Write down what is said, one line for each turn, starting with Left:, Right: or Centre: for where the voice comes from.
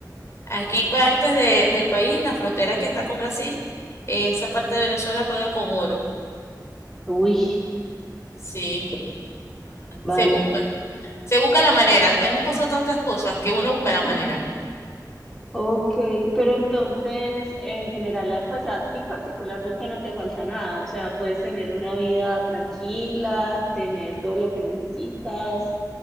Left: Aquí partes de- del país, la frontera que está con Brasil, esa parte de Venezuela paga con oro.
Centre: Uy,
Left: Sí, o
Centre: vale.
Left: se busca. Se busca la manera. Hemos pasado tantas cosas que uno busca la manera.
Centre: <laughs> Ok, pero entonces en general, a- pues a ti particularmente no te falta nada, o sea, puedes tener una vida tranquila, tener todo lo que necesitas